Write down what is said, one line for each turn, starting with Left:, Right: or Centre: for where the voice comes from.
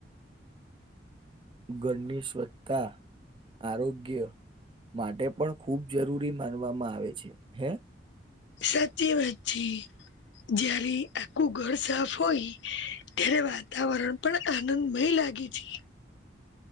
Right: ઘરની સ્વત્તા આરોગ્ય માટે પણ ખૂબ જરૂરી માનવામાં આવે છે હે
Left: સાચી વાચી જય્યારે આખું ઘર સાફ હોય ત્યારે વાતાવરણ પણ આનંદમય લાગી છે.